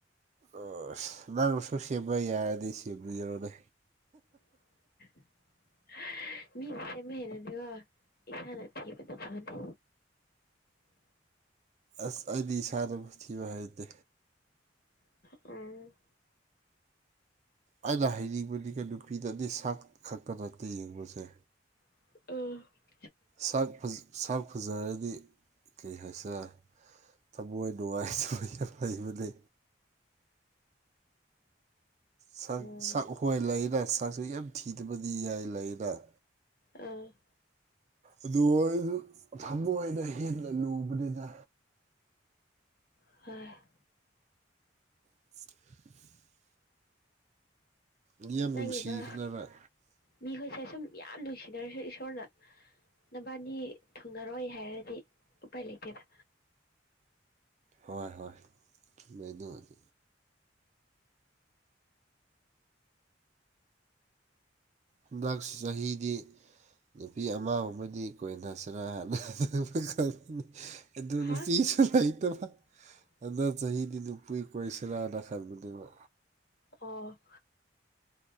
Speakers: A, on the right; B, on the left.
A: ꯑꯣ ꯁꯅꯥꯥꯡꯁꯨ ꯁꯦꯝꯕ ꯌꯥꯔꯗꯤ ꯁꯦꯝꯕ ꯌꯔꯅꯦ
B: <inaudible> ꯃꯤꯗꯤ ꯁꯦꯝꯃ ꯍꯦꯔꯗꯤꯕ ꯏꯁꯥꯅ ꯊꯤꯕꯅ ꯐꯪꯅꯤ
A: ꯑꯁ ꯑꯩꯗꯤ ꯏꯁꯥꯗꯨ ꯊꯤꯕ ꯍꯩꯇꯦ
B: ꯎꯝ
A: ꯑꯩꯅ ꯍꯩꯅꯤꯡꯕꯗꯤꯒ ꯅꯨꯄꯤꯗꯗꯤ ꯁꯥꯛ ꯈꯛꯇ ꯅꯠꯇꯦ ꯌꯦꯡꯕꯁꯦ
B: <unintelligible>
A: ꯁꯥꯛ ꯐꯖ ꯁꯥꯛ ꯐꯖꯔꯗꯤ ꯀꯔꯤ ꯍꯥꯏꯁꯤꯔ ꯊꯃꯣꯏ ꯅꯨꯡꯉꯥꯏꯇꯕ ꯌꯥꯝ ꯂꯩꯕꯅꯤ ꯆꯥꯛ
B: ꯎꯝ
A: ꯆꯥꯛ ꯍꯣꯏ ꯂꯩꯅ ꯆꯥꯛꯁꯦ ꯌꯥꯝ ꯊꯤꯗꯕꯗꯤ ꯌꯥꯏ <unintelligible>
B: ꯑꯥ
A: ꯑꯗꯨ ꯑꯩꯗꯨ ꯊꯃꯣꯏꯅ ꯍꯦꯟꯅ ꯂꯨꯕꯅꯦꯗ
B: <inaudible>
A: <unintelligible> ꯌꯥꯝ
B: ꯅꯪꯒꯤꯗꯣ
A: ꯅꯨꯡꯁꯤꯈ꯭ꯔꯕ
B: ꯃꯤꯈꯣꯏꯁꯦ ꯁꯨꯝ ꯌꯥꯝ ꯅꯨꯡꯁꯤꯟꯅꯔꯁꯨ ꯏꯁꯣꯔꯅ‌‌ ꯅꯕꯥꯟꯅꯤ ꯊꯨꯡꯉꯔꯣꯏ ꯍꯥꯏꯔꯗꯤ ꯎꯄꯥꯏ ꯂꯩꯇꯦꯗ
A: ꯍꯣꯏ ꯍꯣꯏ ꯂꯩ <inaudible> ꯍꯟꯗꯛ ꯆꯍꯤꯗꯤ ꯅꯨꯄꯤ ꯑꯃꯒꯨꯝꯕꯗꯤ ꯀꯣꯏꯅꯁꯤꯔ <inaudible> ꯑꯗꯨ
B: ꯍꯥ
A: ꯅꯨꯄꯤꯁꯨ ꯂꯩꯩꯇꯕ
B: <unintelligible>
A: ꯍꯟꯗꯛ ꯆꯍꯤꯗꯤ ꯅꯨꯄꯤ ꯀꯣꯏꯁꯤꯔꯅ ꯈꯟꯕꯅꯦꯕ
B: ꯑꯣ